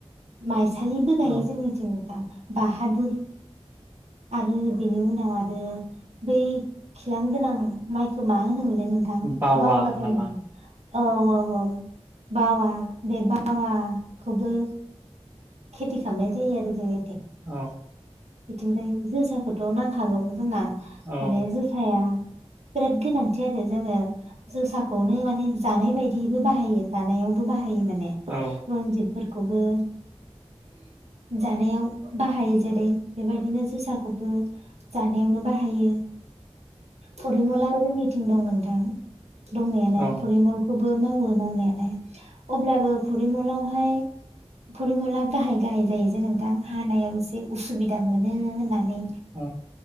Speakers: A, on the right; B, on the right.
A: माइ। सालिबो गायो
B: औ
A: जोंनिथिं बाहादुर आरो बेनि उनाव आरो बै खिलां गोनां माइखौ मा होनोमोन। नोंथां
B: बावा
A: बावगारलायलांबाय
B: नामा
A: औ। अ औ बावा बे बावाखौबो खेथि खालामनाय जायो आरो जोंनिथिं
B: अ
A: बिथिंजाय जोसाखौथ' नांखागौ जोंना
B: औ
A: माने जोसाया बिराद गोनांथि आरो जोङो जोसाखौनो माने जानाय बायदिबो बाहायो जानायावबो बाहायो माने
B: औ
A: रनजित फोर खौबो जानायाव बाहायो जेरै बेबायदिनो जोसाखौबो जानायावनो बाहायो फरिमलाबो जोंनि थिं दं नोंथां दंनायालाय
B: औ
A: फरिमलखौबो मा मावो मावनायालाय अब्लाबो फरिमलाहाय फरिमला गाहाय गाहाय जायोजे नोंथां हानायाव एसे उसुबि मोजां मोनो होननानै
B: अ